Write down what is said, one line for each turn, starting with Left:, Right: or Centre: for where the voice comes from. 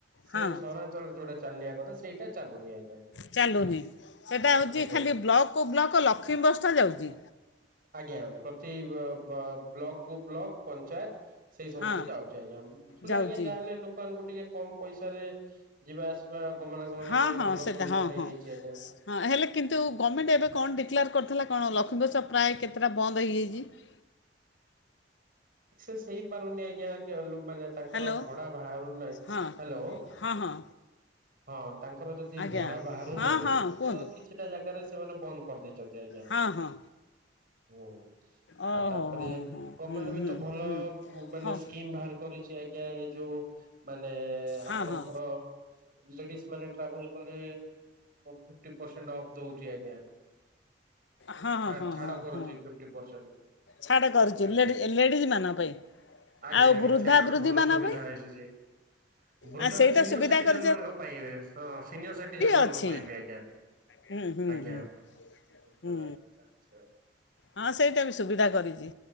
Right: ସେ
Left: ହଁ
Right: ସହରାଞ୍ଚଳରେ ଯୋଉଟା। ଚାଲିବା କଥା ସେଇଟା ଚାଲୁନି ଆଜ୍ଞା
Left: ଚାଲୁନି ସେଟା ହେଉଛି
Right: ଆଜ୍ଞା
Left: ଖାଲି ବ୍ଲକକୁ ବ୍ଲକ ଲକ୍ଷ୍ମୀ ବସ୍ଟା ଯାଉଛି
Right: ଆଜ୍ଞା ପ୍ରତି ବ ବ। ବ୍ଲକ କୁ ବ୍ଲକ ପଞ୍ଚାୟତ ସେଇ ସବୁକୁ
Left: ହଁ
Right: ଯାଉଛି ଆଜ୍ଞା ଭୁଲ
Left: ଯାଉଛି
Right: ଆଜ୍ଞା ଯାହାହେଲେ ଲୋକ ଟିକେ କମ ପଇସାରେ ଯିବା ଆସିବା ଗମନାଗମନ
Left: ହଁ
Right: ପାଇଁ
Left: ହଁ
Right: ଭଲ
Left: ସେଟା
Right: ସୁବିଧାଟେ
Left: ହଁ ହଁ
Right: ହେଇଛି ଆଜ୍ଞା
Left: ହେଲେ କିନ୍ତୁ ଗମେଣ୍ଟ ଏବେ କଣ ଡିକ୍ଲେଆର୍ କରିଥିଲା କଣ ଲ ଲକ୍ଷ୍ମୀ ବସ୍ ପ୍ରାୟ କେତେଟା ବନ୍ଦ ହେଇଯାଇଛି ।
Right: ସକ୍ସେସ୍ ହେଇପାରୁନି ଆଜ୍ଞା ମାନେ ତାଙ୍କର
Left: ହ୍ୟାଲୋ
Right: ଭଡା ବାହାରୁ ନାହିଁ ହ୍ୟାଲୋ
Left: ହଁ ହଁ ହଁ
Right: ହଁ। ତାଙ୍କର ଯଦି
Left: ଆଜ୍ଞା
Right: ଭଡା ବାହାରୁ
Left: ହଁ
Right: ନାହିଁ
Left: ହଁ କୁହନ୍ତୁ
Right: ତ କିଛିଟା ଜାଗାରେ ସେମାନେ ବନ୍ଦ କରି ଦେଇଛନ୍ତି ଆଜ୍ଞା ।
Left: ହଁ ହଁ
Right: ହୁଁ
Left: ଓହୋ
Right: ଆଉ ତାପରେ
Left: ହଁ ହଁ
Right: ଗମେଣ୍ଟ
Left: ହୁଁ
Right: ବି
Left: ହୁଁ
Right: ତ ଭଲ
Left: ହୁଁ
Right: ମାନେ
Left: ହଉ
Right: ସ୍କିମ ବାହାର କରି ଆଜ୍ଞା ଏ ଯୋଉ ମାନେ ମାନେ
Left: ହଁ
Right: ଆପଣଙ୍କର
Left: ହଁ ହଁ
Right: ଲେଡିସ୍ ମାନେ ଟ୍ରାଭେଲ କଲେ ଫିଫ୍ଟି ପର୍ସେଣ୍ଟ ଅଫ୍ ଦଉଚି ଆଜ୍ଞା।
Left: ହଁ
Right: ଛାଡ
Left: ହଁ
Right: ଛାଡ
Left: ହଁ
Right: କରୁଛି
Left: ହଁ
Right: ଫିଫଟି ପରସେଣ୍ଟ।
Left: ଛାଡ଼ କରୁଚି
Right: ଆଜ୍ଞା।
Left: ଲେଡି ଲେଡିଜ୍ ମାନଙ୍କ ପାଇଁ
Right: ଆଜ୍ଞା
Left: ଆଉ
Right: ଆଜ୍ଞା
Left: ବୃଦ୍ଧା
Right: ସେଇଟା ଗୋଟେ
Left: ବୃଦ୍ଧି
Right: ଭଲ
Left: ମାନଙ୍କ
Right: ସୁବିଧା
Left: ପାଇଁ
Right: ହେଇଛି ଯେ। ବୃଦ୍ଧା
Left: <inaudible> ଆ ସେଇଟା
Right: ସିନିୟର
Left: ସୁବିଧା
Right: ସିଟିଜେନ
Left: କରି
Right: ମାନଙ୍କ ପାଇଁ ହଁ ସିନିୟର ସିଟିଜେନ ମାନଙ୍କ
Left: ଅଛି
Right: ପାଇଁ ବି ଆଜ୍ଞା
Left: ହୁଁ ହୁଁ
Right: ଆଜ୍ଞା
Left: ହୁଁ
Right: ଭଲଭାବେ
Left: ହୁଁ
Right: ଚାଲିଚି ଆଉ।
Left: ହଁ ସେଇଟା ବି ସୁବିଧା କରିଚି